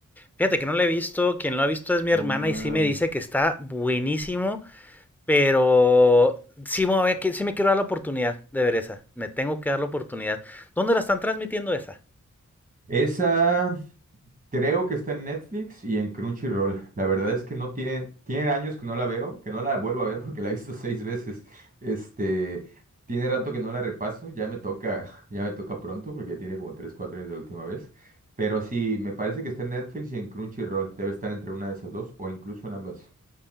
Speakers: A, in the centre; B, on the right.
A: Fíjate que no lo he visto. Quien lo ha visto es mi
B: No,
A: hermana
B: man.
A: y sí me dice que está buenísimo, pero sí, me voy a que- sí me quiero dar la oportunidad de ver esa. Me tengo que dar la oportunidad. ¿Dónde la están transmitiendo esa?
B: Esa, Creo que está en Netflix y en Crunchyroll. La verdad es que no tiene, tiene años que no la veo, que no la vuelvo a ver porque la he visto <laughs> seis veces. Este, tiene rato que no la repaso, ya me toca, <laughs> ya me toca pronto porque ya tiene como tres, cuatro años de la última vez. Pero sí, me parece que está en Netflix y en Crunchyroll. Debe estar entre una de esas dos o incluso en ambas.